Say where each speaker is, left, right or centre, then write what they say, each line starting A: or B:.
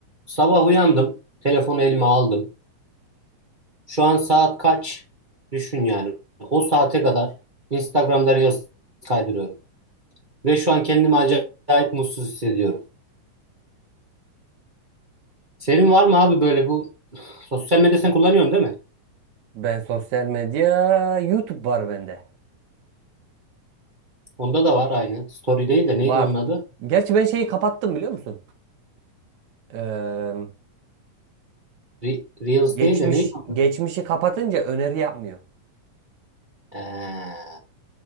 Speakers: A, on the right (about 40°); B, on the right (about 65°).
A: Sabah uyandım, telefonu elime aldım. Şu an saat kaç? Düşün yani. O saate kadar Instagram'da Reels kaydırıyorum. Ve şu an kendimi acayip mutsuz hissediyorum. Senin var mı abi böyle bu sosyal medya sen kullanıyorsun değil mi?
B: Ben sosyal medya, YouTube var bende.
A: Onda da var aynı. Story değil de neydi
B: Var.
A: onun adı?
B: Gerçi ben şeyi kapattım biliyor musun? Ee,
A: Re- Reels
B: geçmiş
A: değil de neydi? onun
B: geçmişi
A: adı?
B: kapatınca öneri yapmıyor.
A: Ee,